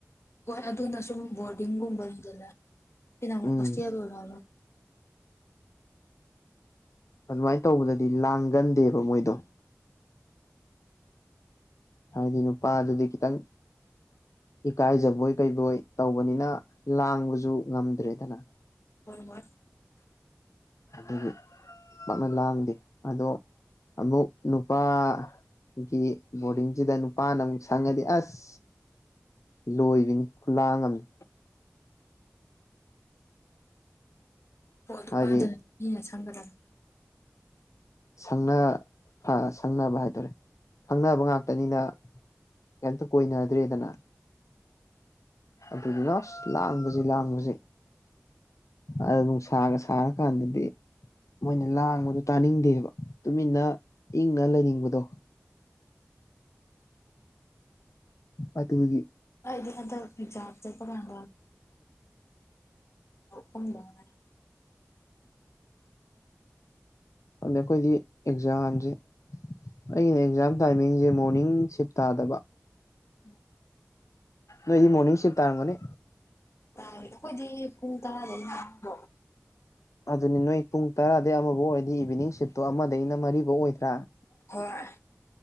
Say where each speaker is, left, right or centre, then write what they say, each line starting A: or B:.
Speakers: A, on the left (about 60°); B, on the left (about 85°).
A: ꯍꯣꯏ ꯑꯗꯨꯅ ꯁꯨꯝ ꯕꯣꯔꯗꯤꯡꯒꯨꯝꯕꯅꯤꯗꯅ ꯁꯤꯅ ꯑꯃꯨꯛ
B: ꯎꯝ
A: ꯍꯣꯁꯇꯦꯜ ꯑꯣꯏꯔ <unintelligible>
B: ꯑꯗꯨꯃꯥꯏꯅ ꯇꯧꯕꯗꯗꯤ ꯂꯥꯡꯒꯟꯗꯦꯕ ꯃꯣꯏꯗꯣ ꯍꯥꯏꯗꯤ ꯅꯨꯄꯥꯗꯨꯗꯤ ꯈꯤꯇꯪ ꯏꯀꯥꯏꯖꯕꯣꯏ ꯀꯩꯕꯣꯏ ꯇꯧꯕꯅꯤꯅ ꯂꯥꯡꯕꯖꯨ ꯉꯝꯗ꯭ꯔꯦꯗꯅꯥ
A: ꯍꯣꯏ ꯍꯣꯏ
B: ꯑꯗꯨꯒꯤ ꯄꯥꯛꯅ ꯂꯥꯡꯗꯦ ꯑꯗꯣ ꯑꯃꯨꯛ ꯅꯨꯄꯥ ꯒꯤ ꯕꯣꯔꯗꯤꯡꯖꯤꯗ ꯅꯨꯄꯥꯅ ꯑꯃꯨꯛ ꯁꯪꯉꯗꯤ ꯑꯁ ꯂꯣꯏꯕꯤꯅꯤ ꯈꯨꯂꯥꯡ ꯑꯃꯅꯤ
A: ꯍꯣ ꯅꯨꯄꯥꯗꯅ
B: ꯍꯥꯏꯗꯤ
A: ꯅꯨꯄꯤꯅ ꯁꯪꯒꯗꯕꯅꯤ
B: ꯁꯪꯅ ꯑꯥ ꯁꯪꯅꯕ ꯍꯥꯏꯗꯣꯔꯦ ꯈꯪꯅꯕ ꯉꯥꯛꯇꯅꯤꯅ ꯀꯩꯝꯇꯥ ꯀꯣꯏꯅꯗ꯭ꯔꯦꯗꯅ ꯑꯗꯨꯗꯨꯅ ꯑꯁ ꯂꯥꯡꯕꯁꯤ ꯂꯥꯡꯕꯁꯤ ꯑꯥ ꯅꯨꯡꯁꯥꯒ ꯁꯥꯔꯀꯥꯟꯗꯗꯤ ꯃꯣꯏꯅ ꯂꯥꯡꯕꯗꯨ ꯇꯥꯅꯤꯡꯗꯦꯕ ꯇꯨꯃꯤꯟꯅ ꯏꯪꯅ ꯂꯩꯅꯤꯡꯕꯗꯣ ꯑꯗꯨꯒꯤ
A: ꯑꯩꯗꯤ ꯍꯟꯗꯛ ꯑꯦꯛꯖꯥꯝ ꯆꯠꯄ ꯀꯥꯟꯗ <inaudible>
B: ꯈꯪꯗꯦ ꯑꯈꯣꯏꯗꯤ ꯑꯦꯛꯖꯥꯝꯖꯦ ꯑꯩꯅ ꯑꯦꯛꯖꯥꯝ ꯇꯥꯏꯃꯤꯡꯁꯦ ꯃꯣꯔꯅꯤꯡ ꯁꯤꯞ ꯇꯥꯗꯕ
A: <unintelligible>
B: ꯅꯣꯏꯗꯤ ꯃꯣꯔꯅꯤꯡ ꯁꯤꯞ ꯇꯥꯔꯝꯒꯅꯤ
A: ꯇꯥꯏ ꯑꯈꯣꯏꯗꯤ ꯄꯨꯡ ꯇꯔꯥꯗꯩꯅ ꯑꯃꯕꯨꯛ
B: ꯑꯗꯨꯅꯤ ꯅꯣꯏ ꯄꯨꯡ ꯇꯔꯥꯗꯩ ꯑꯃꯕꯨꯛ ꯑꯣꯏꯔꯗꯤ ꯏꯚꯤꯅꯤꯡ ꯁꯤꯞꯇꯣ ꯑꯃꯗꯩ ꯃꯔꯤꯕꯨꯛ ꯑꯣꯏꯗ꯭ꯔꯥ
A: ꯍꯣꯏ